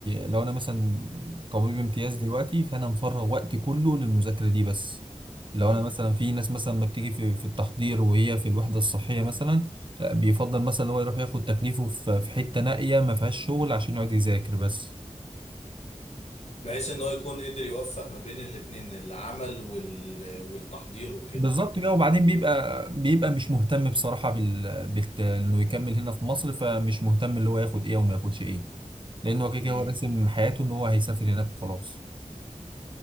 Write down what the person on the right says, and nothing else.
لو انا مثلا طبيب امتياز دلوقتي فانا مفرغ وقتي كله للمذاكرة دي بس لو
انا مثلا في ناس مثلا ما بتيجي في, في التحضير وهي في الوحدة الصحية مثلا لا بيفضل مثلا هو يروح ياخد تكليفه في في حتة نائية ما فيهاش شغل عشان يقعد يذاكر بس
بالظبط
كده وبعدين بيبقى بيبقى مش مهتم بصراحة بال... بال... انه يكمل هنا في مصر فمش مهتم اللي هو ياخد ايه وما ياخدش ايه لان هو كده كده
هو راسم حياته ان هو هيسافر هناك وخلاص